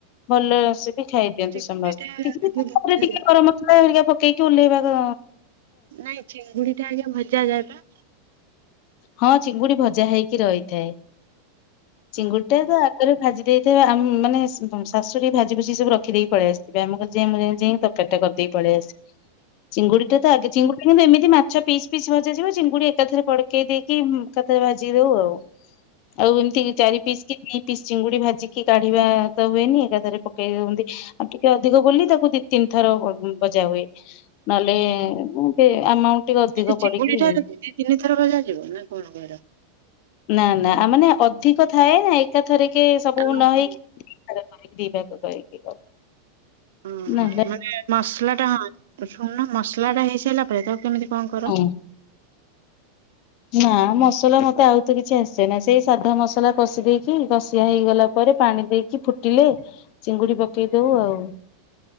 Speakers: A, on the left; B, on the right.
A: ଭଲ ସେ ବି ଖାଇଦିଅନ୍ତି
B: ଚିଙ୍ଗୁଡ଼ିଟା
A: ସମସ୍ତେ ଏତିକି
B: ଆଗେ ଭଜାଯାଏ।
A: ଟିକେ ଗରମ ମସଲା ହେରିକା ପକେଇକି ଓଲେଇବାର
B: ନାଇଁ ଚିଙ୍ଗୁଡି ଟା ଆଗେ ଭଜା ଯାଏନା
A: ହଁ ଚିଙ୍ଗୁଡି ଭଜା ହେଇକି ରହିଥାଏ।
B: <inaudible>
A: ଚିଙ୍ଗୁଡ଼ିଟା ତ ଆଗରେ ଭାଜି ଦେଇଥେବେ ଆମ ମାନେ ଶାଶୁହେରେଙ୍କେ ଭାଜି ଭୁଜି ସବୁ ରଖିଦେଇ ପଳେଇ ଆସି ଏବେ ଆମକୁ ଜେ ନାଇ ଜେ ତରକାରି ଟା କରିଦେଇ ପଳେଇ
B: <inaudible>
A: ଆସି ଚିଙ୍ଗୁଡି ଟା ତ ଆଗେ ଚିଙ୍ଗୁଡି କିନ୍ତୁ ଏମିତି ମାଛ ପିସ୍ ପିସ୍ ଭଜା ଯିବ ଚିଙ୍ଗୁଡି ଏକାଥରେ ପଡି ପକେଇ ଦେଇକି ଏକାଥରେ ଭାଜି ଦଉ ଆଉ ଆଉ ଏମିତି ଚାରି ପିସ୍ କି ଦି ପି ଚିଙ୍ଗୁଡି ଭାଜିକି କାଢିବା ତ ହୁଏନି ଏକାଥରେ ପକେଇ ଦିଅନ୍ତି। ଆଉ ଟିକେ ଅଧିକ ବୋଲି ତାକୁ ଦି ତିନି ଥର ଭଜା ହୁଏ। ନହେଲେ ଏମିତି ଆମାଉଣ୍ଟ ଟିକେ ଅଧିକ
B: ସେ ଚିଙ୍ଗୁଡ଼ିଟା
A: ପଡିକି
B: ଦି ତିନି ଥର ଭଜା ଯିବ ନା କଣ କହିଲ?
A: ନା ନା ଆ ମାନେ ଅଧିକ ଥାଏନା ଏକାଥରେକେ ସବୁ
B: ଓହୋ
A: ନ ହେଇକି <unintelligible> ଦି ଭାଗ କରିକି କରୁ।
B: ଉଁହୁଁ
A: ନହେଲେ
B: ମାନେ ମସଲା ଟା ହଁ ଶୁଣୁନ ମସଲା ଟା ହେଇସାରିଲା ପରେ ତକୁ କେମିତି କଣ କର?
A: ହୁଁ ନା ମସଲା ମତେ ଆଉ ତ କିଛି ଆସେନା ସେଇ ସାଧା ମସଲା କଷି ଦେଇକି କଷିଆ ହେଇଗଲା ପରେ ପାଣି ଦେଇକି ଫୁଟିଲେ ଚିଙ୍ଗୁଡି ପକେଇ ଦଉ ଆଉ।